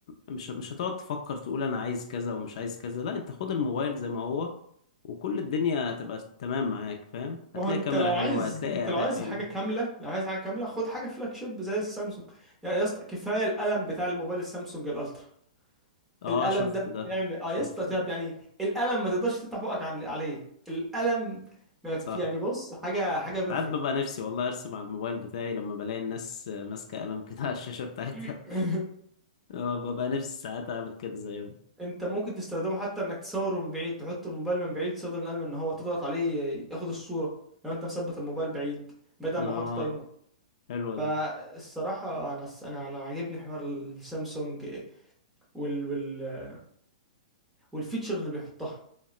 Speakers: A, on the left; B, in the centre.
A: مش مش هتقعد تفكر تقول أنا عايز كذا ومش عايز كذا لا أنت خد الموبايل زي ما هو وكل الدنيا هتبقى تمام معاك فاهم هتلاقي
B: ما هو انت
A: كاميرا
B: لو
A: حلوة
B: عايز
A: هتلاقي
B: انت
A: أداء
B: لو عايز
A: حلو
B: حاجه كامله لو عايز حاجه كامله خد حاجه فلاج شيب زي السامسونج يا يا اسطى كفايه القلم بتاع الموبايل السامسونج الالترا
A: أه
B: القلم
A: شفت
B: ده
A: ده
B: بيعمل اه
A: شفته
B: يا اسطى تعب يعني القلم ما تقدرش تفتح بقك عن عليه القلم ما في
A: صح
B: يعني بص حاجه حاجه بيرفكت
A: ساعات ببقى نفسي والله أرسم على الموبايل بتاعي لما بلاقي الناس ماسكة قلم كده على الشاشة بتاعتها
B: <coughs> <laughs>
A: اه ببقى نفسي ساعات اعمل كده زيهم
B: انت ممكن تستخدمه حتى انك تصوره من بعيد تحط الموبايل من بعيد تستخدم القلم ان هو تضغط عليه ياخد الصورة لو انت مثبت الموبايل بعيد بدل
A: اه
B: ما احط تايمر
A: حلوة
B: فالصراحة
A: دي
B: انا انا انا عاجبني حوار السامسونج وال وال والفيتشر اللي بيحطها